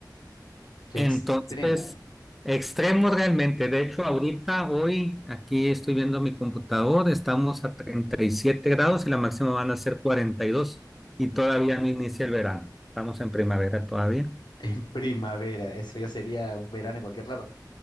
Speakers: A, on the left; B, in the centre.
A: qué
B: Entonces,
A: extremo. <laughs>
B: extremo realmente. De hecho, ahorita, hoy, aquí estoy viendo mi computador, estamos a 37 grados y la máxima van a ser cuarenta y dos y todavía no inicia el verano. Estamos en primavera todavía.
A: En primavera, eso ya sería un verano en cualquier lado.